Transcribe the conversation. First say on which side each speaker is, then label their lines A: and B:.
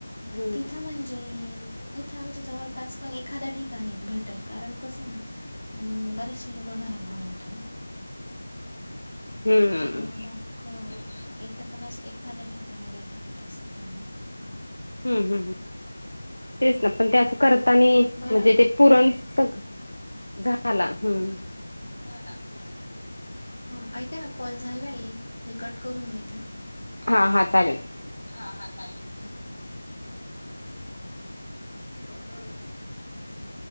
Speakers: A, on the left (about 85°); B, on the left (about 65°).
A: हम्म, हम्म.
B: तिथं म्हणजे जे इथं आमच्या जवळपास पण एखाद्या ठिकाणी भेटल कारण कस हाय ना बरेचसे लोक घरात बनवत ना.
A: हम्म
B: त्यामुळे मग. क इथं पण असं एखाद्या ठिकाणी देतात तसं पण.
A: हम्म हम्म हम्म तेच ना पण ते असं करत म्हणजे
B: बरं
A: ते पुरण सगं झाला हम्म.
B: झाला हम्म. हा ऐका ना कॉल झालाय मी कट करून देेत हा.
A: हा हा चालेल.
B: हा हा चालेल. <unintelligible>